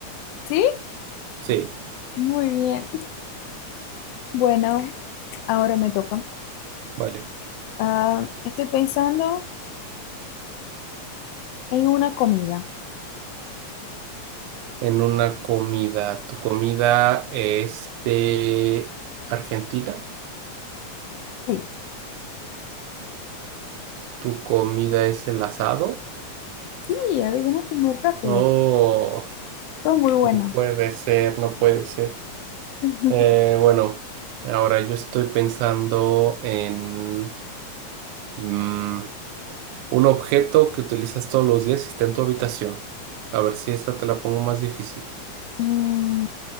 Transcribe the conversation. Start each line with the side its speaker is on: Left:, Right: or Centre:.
Left: ¿Sí?
Right: Sí,
Left: Muy bien. Bueno, Ahora me toca.
Right: vale.
Left: Ah, estoy pensando en una comida.
Right: En una comida. ¿Tu comida es de Argentina?
Left: Sí,
Right: ¿Tu comida es el asado?
Left: sí, adivinaste muy rápido.
Right: Oh,
Left: Son muy buenas.
Right: no puede ser, no puede ser.
Left: <laughs>
Right: Eh, bueno, ahora yo estoy pensando en mm, un objeto que utilizas todos los días y está en tu habitación. A ver si esta te la pongo más difícil.
Left: Mm,